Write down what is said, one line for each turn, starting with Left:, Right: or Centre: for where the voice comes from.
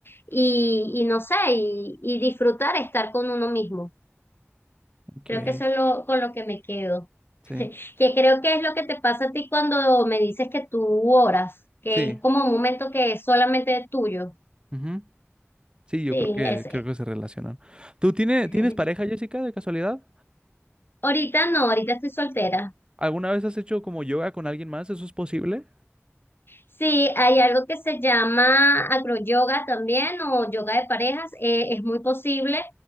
Left: y, y no sé, y, y disfrutar estar con uno mismo.
Right: Ok,
Left: Creo que eso es lo, con lo que me quedo.
Right: sí,
Left: Que creo que es lo que te pasa a ti cuando me dices que tú oras, que
Right: sí,
Left: es como un momento que es solamente tuyo.
Right: ujú. Sí, yo
Left: Sí,
Right: creo que
Left: es.
Right: creo que se relacionan. ¿Tú tiene-
Left: <laughs>
Right: tienes pareja, Jessica, de casualidad?
Left: Ahorita no, ahorita estoy soltera.
Right: ¿Alguna vez has hecho como yoga con alguien más? ¿Eso es posible?
Left: Sí, hay algo que se llama acroyoga también o yoga de parejas, eh, es muy posible.